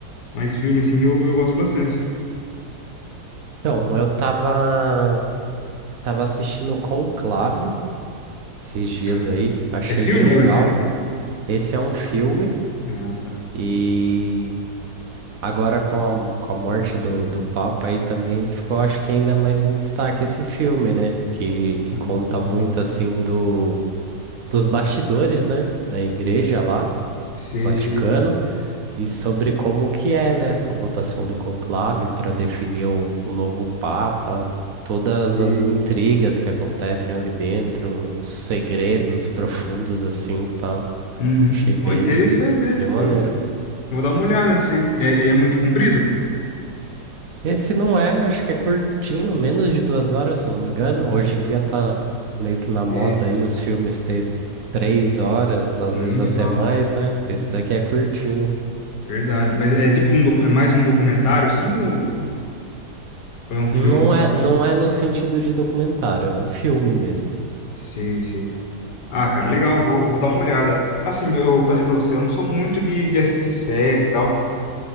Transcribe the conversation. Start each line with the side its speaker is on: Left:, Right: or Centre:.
Left: Mas filme, assim, eu, eu gosto bastante.
Right: Então, eu tava, tava assistindo Conclave esses dias
Left: Ah,
Right: aí. Achei
Left: É filme
Right: bem legal.
Left: ou é série?
Right: Esse é um filme
Left: Ah, tá.
Right: e Agora, com a, com a morte do, do Papa aí também ficou, acho que ainda mais em destaque esse filme, né? Que, que
Left: Hum,
Right: conta muito, assim, do, dos bastidores, né? Da igreja lá,
Left: Sei,
Right: Vaticano,
Left: sei,
Right: e sobre como que é, né? Essa votação do conclave para definir o, o novo Papa, todas
Left: sei.
Right: as intrigas que acontecem ali dentro, os segredos profundos, assim, tá?
Left: Uhum.
Right: Achei bem,
Left: Pô, interessante, né?
Right: bem maneiro.
Left: Eu vou dar uma olhada nisso aí. É, é muito comprido?
Right: Esse não é, acho que é curtinho, menos de duas horas, se eu não me engano. Hoje em dia tá meio que na moda
Left: E
Right: aí os filmes ter três horas, às
Left: nem
Right: vezes até
Left: fala.
Right: mais, né? Esse daqui é curtinho.
Left: Verdade. Mas é tipo um docu- é mais um documentário, assim, ou ou é um filme
Right: Não
Left: assim
Right: é,
Left: mesmo?
Right: não é no sentido de documentário, é um filme mesmo.
Left: Sei, sei. Ah, cara, legal, vou, vou dar uma olhada. Assim, eu falei pra você, eu não sou muito de, de assistir série e tal,